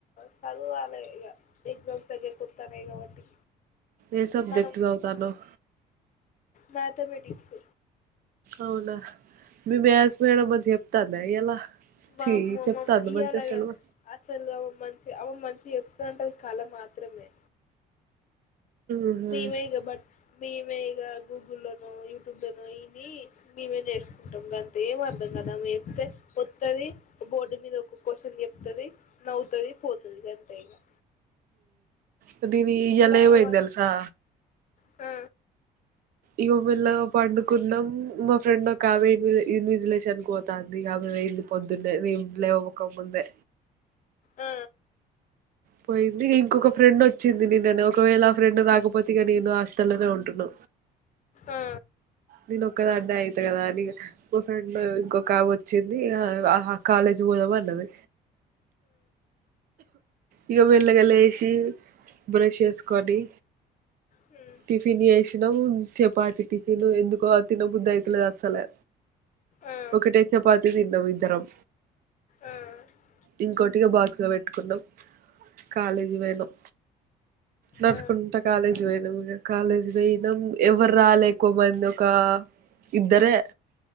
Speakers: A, on the left; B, on the right.
A: చదువాల ఇగ ఎగ్జామ్స్ దగ్గరకొస్తాన్నాయ్ కాబట్టి
B: ఏ సబ్జెక్ట్
A: మనం
B: సవతాన్నవ్
A: మ్యాథమెటిక్స్
B: అవునా మీ మ్యాథ్స్ మేడం మంచిగ చెప్తాందా ఇయ్యాల ఛీ
A: ఆ బమొ
B: చెప్తాందా
A: ఇయాలాగా
B: మంచిగ సిలబస్
A: అసలు అ మంచించిి అన్ మంచించిి పంటల కాల మాత్రమే
B: ఊహూ
A: మీమేగా బట్ మేమే ఇక గూగుల్లోనో యూట్యూబ్ లనో ఇదీ మేమే నేర్చుకుంటాం గంతె ఏం అర్థం కదామె చెప్తే వత్తది బోర్డ్ మీద ఒక క్వషన్ చెప్ తది నవు తది పోతది గంతే ఇగా
B: మ్ దీవీ ఎలవయిదిల్సా
A: ఆమె వ ఆ
B: ఇగొ మళ్లగ పండుకున్నం మా ఫ్రెండ్ ఒక అమెవి ఇన్విజిలేష అన్ పోతుంది ఆమె వె పొద్దున్నే నీంలేవం కొముందె
A: ఆ
B: పోయింది ఇంకొక ఫ్రెండ్ ఒచ్చింది నిన్ననే ఒకవేళ ఆ ఫ్రెండ్ రాకపోతే ఇక నేను ఆస్టల్లోనే ఉంటున్నా
A: ఆ ఆ
B: నేను ఒకదా అన్న అయిత కదా అని ఫ్రెండ్ ఇంకొక వచ్చింది కాలేజ్ పోదం అన్నది ఇక మెల్లగాలేషీ బ్రష్ ఏసుకొని
A: హ్మ్
B: టిఫిన్ చేసిన మ్ చపాతికి తిలు ఎందుకో ఆ తిన బుద్ధయితలే అసల్ సలా
A: ఆ
B: ఒకటే చపాతి తిన్నం ఇద్దరం
A: ఆ ఆ
B: ఇంకోటిగ బాక్స్ <unintelligible> పెట్కునం కాలేజీ పోయినం నడుసుకుంటా
A: ఆ
B: కాలేజీ పోయినాం ఇగ కాలేజీ పోయినం ఎవర్ రాలే కొమంద్ ఒకా ఇద్దరే